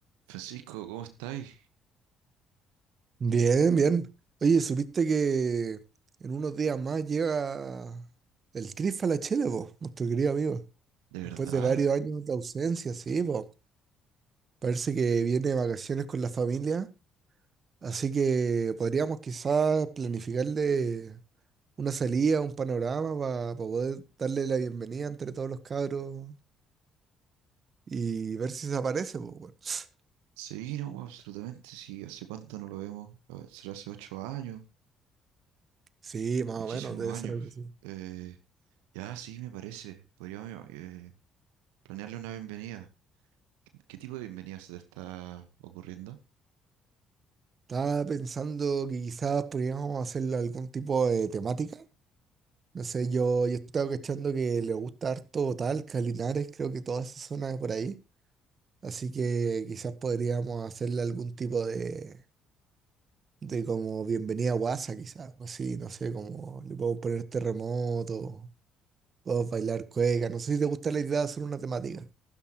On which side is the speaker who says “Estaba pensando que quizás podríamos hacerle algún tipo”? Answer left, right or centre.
Right